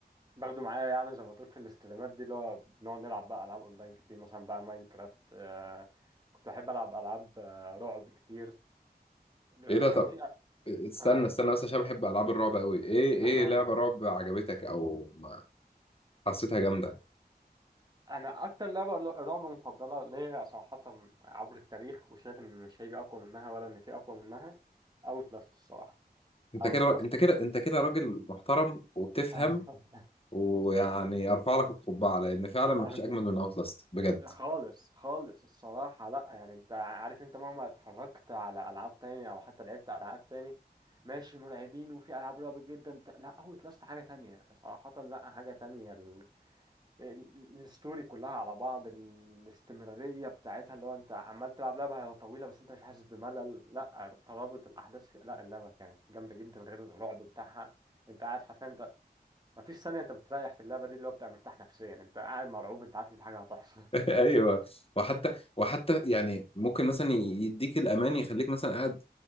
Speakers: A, on the right; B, on the left.
A: باخده معايا يعني زي ما تقول في الاستريمات دي اللي هو بنقعد نلعب بقى العاب اونلاين كتير مثلا بقى ماينكرافت آه كنت بحب العب العاب آه رعب كتير آه،
B: ايه ده طب
A: كان في
B: استنى
A: آه
B: استنى بس عشان بحب العاب الرعب قوي ايه
A: آه
B: ايه لعبه رعب عجبتك او ما- حسيتها جامده
A: انا اكتر لعبه رعب مفضله ليا صراحه عبر التاريخ وشايف ان مش هيجي اقوى منها ولا ان في اقوى منها اوت لاست الصراحه
B: انت
A: اوت
B: كده
A: لاست
B: انت كده انت كده راجل محترم وبتفهم
A: <laughs>
B: ويعني ارفع لك القبعه لان فعلا ما
A: حبيبي
B: فيش اجمل من اوت لاست بجد
A: خالص خالص الصراحة لا يعني انت عارف انت مهما اتفرجت على ألعاب تانية أو حتى لعبت ألعاب تاني ماشي مرعبين وفي ألعاب رعب جدا بتاع لا هو لاست حاجة تانية صراحة لا حاجة تانية ال... ال- الستوري كلها على بعض الاستمرارية بتاعتها اللي هو انت عمال تلعب لعبة هي طويلة بس انت مش حاسس بملل لا ترابط الأحداث في... لا اللعبة كانت جامدة جدا غير الرعب بتاعها انت قاعد حرفيا انت مفيش ثانية انت بتريح في اللعبة دي اللي هو بتبقى مرتاح نفسيا انت قاعد مرعوب انت عارف ان في حاجة هتحصل
B: <laughs> ايوه وحتى وحتى يعني ممكن مثلا يديك الامان يخليك مثلا قاعد